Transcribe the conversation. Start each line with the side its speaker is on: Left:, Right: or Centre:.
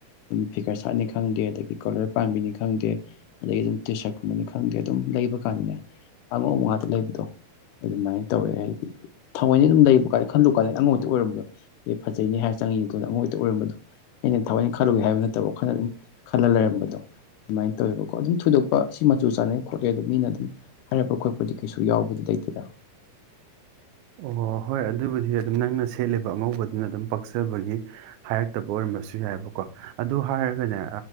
Left: ꯑꯗꯨꯝ ꯐꯤꯒꯔ ꯁꯥꯔꯠꯅꯤ ꯈꯪꯗꯦ ꯑꯗꯒꯤ ꯀꯣꯂꯔ ꯄꯥꯟꯕꯤꯅꯤ ꯈꯪꯗꯦ ꯑꯗꯒꯤ ꯑꯗꯨꯝ ꯇꯤ ꯁꯥꯔꯠ ꯀꯨꯝꯕꯅꯤ ꯈꯪꯗꯦ ꯑꯗꯨꯝ ꯂꯩꯕ ꯀꯟꯗꯅꯦ ꯑꯉꯧꯕ ꯉꯥꯛ ꯂꯩꯕꯗꯣ ꯑꯗꯨꯃꯥꯏꯅ ꯇꯧꯋꯦ ꯍꯥꯏꯗꯤ ꯊꯑꯣꯏꯅ ꯑꯗꯨꯝ ꯂꯩꯕ ꯈꯜꯂꯨ ꯀꯟꯗꯥꯗꯤ ꯑꯉꯧꯕꯥ ꯍꯦꯛꯇꯥ ꯑꯣꯏꯔꯝꯕꯗꯣ ꯑꯦ ꯐꯖꯩꯅꯦ ꯍꯥꯏꯔ ꯆꯪꯉ ꯌꯦꯟꯒꯨ ꯀꯟꯗ ꯑꯉꯧꯕ ꯍꯦꯛꯇ ꯑꯣꯏꯔꯝꯕꯗꯣ ꯑꯩꯅ ꯊꯑꯣꯏ ꯈꯜꯂꯨꯒꯦ ꯍꯥꯏꯕ ꯅꯠꯇꯕ ꯋꯥꯈꯜꯅ ꯑꯗꯨꯝ ꯈꯜꯂ ꯂꯩꯔꯝꯕꯗꯣ ꯑꯗꯨꯃꯥꯏꯅ ꯇꯧꯋꯦꯕꯀꯣ ꯑꯗꯨꯝ ꯊꯣꯏꯗꯣꯛꯄ ꯑꯁꯤ ꯃꯆꯨ ꯆꯥꯟꯅꯩ ꯈꯣꯠꯂꯦ ꯑꯣ ꯃꯤꯅ ꯑꯗꯨꯝ ꯍꯥꯏꯔꯛꯄ ꯈ ꯈꯣꯠꯄꯗꯤ ꯀꯩꯁꯨ ꯌꯥꯎꯕꯗꯤ ꯂꯩꯇꯦꯗ
Right: ꯑꯣ ꯍꯣꯏ ꯑꯗꯨꯕꯨꯗꯤ ꯑꯗꯨꯝ ꯅꯪꯅ ꯁꯦꯠꯂꯤꯕ ꯑꯉꯧꯕꯗꯨꯅ ꯑꯗꯨꯝ ꯄꯥꯛꯆꯕꯒꯤ ꯍꯥꯏꯔꯛꯇꯕ ꯑꯣꯏꯔꯝꯕꯁꯨ ꯌꯥꯏꯕꯀꯣ ꯑꯗꯨ ꯍꯥꯏꯔꯒꯅꯦ